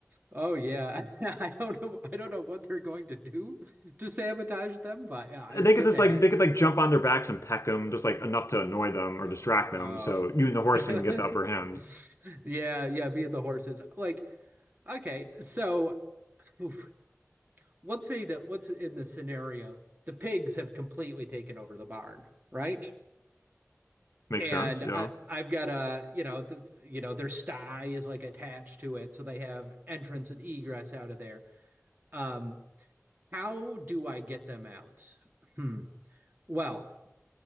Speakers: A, on the right (about 35°); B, on the left (about 65°).
A: oh yeah. <laughs> I don't know. I don't know what they're going to do to sabotage them, but yeah, it's
B: They
A: good
B: could just
A: to
B: like
A: have.
B: they could like jump on their backs and peck them just like enough to annoy them or
A: Oh,
B: distract
A: oh.
B: them. So you and the horse
A: <laughs>
B: can get the upper hand.
A: yeah, yeah. Be the horses. Like, okay, so oof, let's say that what's in the scenario? The pigs have completely taken over the barn, right?
B: Makes
A: and
B: sense,
A: I
B: yeah.
A: I've got a you know the you know their sty is like attached to it, so they have entrance and egress out of there. Um, how do I get them out? Hmm. Well,